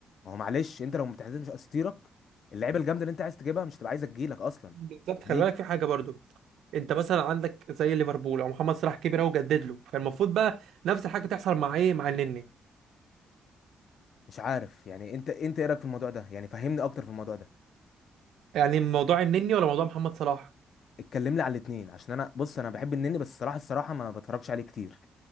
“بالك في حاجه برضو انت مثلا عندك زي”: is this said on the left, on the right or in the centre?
Right